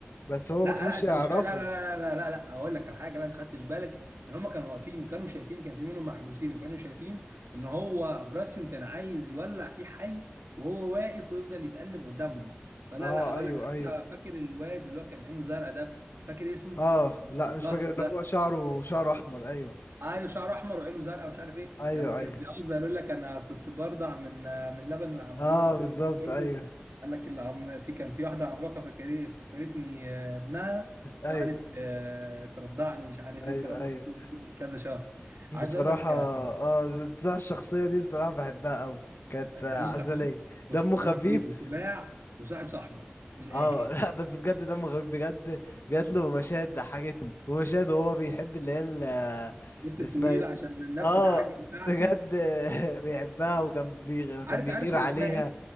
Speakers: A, on the left; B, on the right.
A: بس هو
B: لا
A: ما
B: لا
A: كانوش
B: انت
A: يعرفوا
B: مش فاهم لا لا لا لا لا لا اقول لك على حاجه لا انت خدتش بالك ان هم كانوا واقفين وكانوا شايفين كان في منهم محبوسين وكانوا شايفين ان هو براسيون كان عايز يولع فيه حي وهو واقف ويفضل يتألم قدامهم فلا
A: اه
B: لا اقول
A: ايوه
B: لك حتى
A: ايوه
B: فاكر الواد اللي هو كان عينه زرقاء ده فاكر اسمه
A: اه
B: الضخم
A: لا مش فاكر اللي
B: ده
A: هو شعره شعره احمر ايوه
B: ايوه شعره احمر وعينه زرقاء ومش عارف ايه
A: ايوه
B: لما كان
A: ايوه
B: بيعوز يقول لك انا كنت برضع من من لبن العمالقه
A: اه
B: وكان
A: بالظبط
B: كله
A: ايوه
B: قال لك العم في كان في واحده عملاقه فكري افتكرتني آه، ابنها
A: ايوه
B: وقعدت آه، ترضعني مش عارف ايه
A: ايوه
B: والكلام
A: ايوه
B: ده كله لمدة كذا شهر
A: بصراحة
B: عايز اقول لك
A: اه
B: آه،
A: بصراحة الشخصية دي بصراحة بحبها قوي كانت آه،
B: دمه
A: عسلية
B: خفيف بص
A: دمه خفيف
B: دمه خفيف وشجاع وصاحب صاحبه من الاخر
A: اه <laughs> لا بس بجد دمه خفيف بجد جات له مشاهد ضحكتني ومشاهد وهو بيحب اللي هي ال-
B: بنت
A: اسمها
B: طويله
A: ايه
B: عشان
A: دي
B: من نفس
A: اه
B: الحاجه بتاعته
A: بجد <laughs> بيحبها وكان بيغ... كان
B: عارف
A: بيغير
B: عارف كان
A: عليها
B: اسمها ايه؟